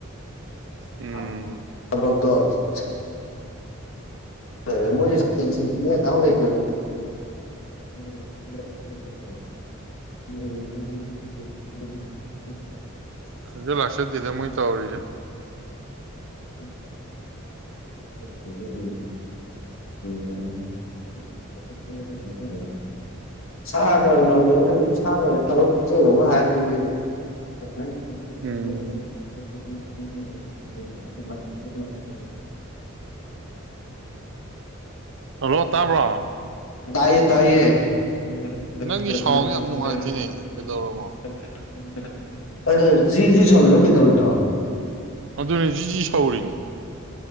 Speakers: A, on the left; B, on the right.
A: <unintelligible>
B: ꯎꯝ
A: <unintelligible>
B: ꯈꯪꯖ ꯂꯥꯛꯆꯗꯦꯗ ꯃꯣꯏ ꯇꯧꯔꯤꯖꯦ
A: ꯎꯝ <unintelligible> <unintelligible> <unintelligible>
B: ꯎꯝ
A: <unintelligible>
B: ꯍꯜꯂꯣ ꯇꯥꯕ꯭ꯔꯣ
A: ꯗꯥꯏꯌꯦ ꯇꯥꯏꯌꯦ <unintelligible>
B: ꯅꯪꯒꯤ ꯁꯥꯎꯟꯁꯦ ꯌꯥꯝ ꯅꯨꯡꯉꯥꯏꯇꯦꯅꯦ ꯀꯩꯗꯧꯔꯃꯣ
A: ꯑꯗ ꯖꯤ ꯖꯤ ꯁꯧꯔꯤꯔꯣ ꯀꯩꯗꯧꯔꯤꯅꯣ
B: ꯑꯗꯨꯅꯤ ꯖꯤꯖꯤ ꯁꯧꯔꯤꯅꯤ